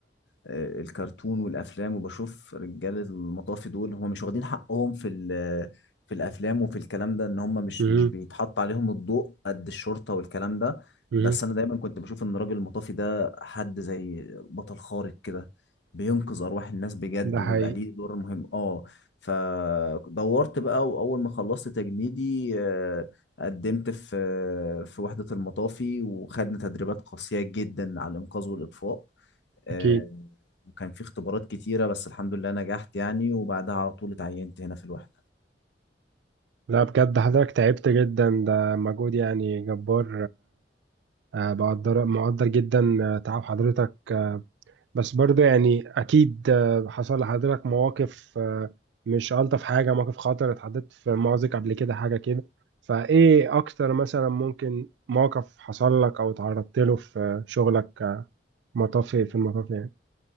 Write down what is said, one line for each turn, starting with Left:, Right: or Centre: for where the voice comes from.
Left: آه، الكرتون والافلام وبشوف رجال المطافي دول هم مش واخدين حقهم في ال- في الافلام وفي الكلام ده ان هم مش
Right: مهم.
Left: مش بيتحط عليهم الضوء قد الشرطة والكلام ده
Right: مهم.
Left: بس انا دايما كنت بشوف ان الراجل المطافي ده حد زي بطل خارق كده بينقذ ارواح الناس بجد
Right: ده حقيقي
Left: وبيبقى ليه دور مهم اه فدورت بقى واول ما خلصت تجنيدي آه، قدمت في في وحدة المطافي وخدنا تدريبات قاسية جدا على الإنقاذ والإطفاء آه،
Right: اكيد
Left: وكان في اختبارات كتيرة بس الحمد لله نجحت يعني وبعدها على طول اتعينت هنا في الوحدة
Right: لا بجد حضرتك تعبت جدا ده مجهود يعني جبار آه، بقدر مقدر جدا آه، تعب حضرتك آه، بس برضه يعني أكيد آه، حصل لحضرتك مواقف آه، مش ألطف حاجة مواقف خطر اتحطيت في مأزق قبل كده حاجة كده فإيه أكتر مثلا ممكن موقف حصل لك أو تعرضت له في شغلك آه، مطافي في المطافي يعني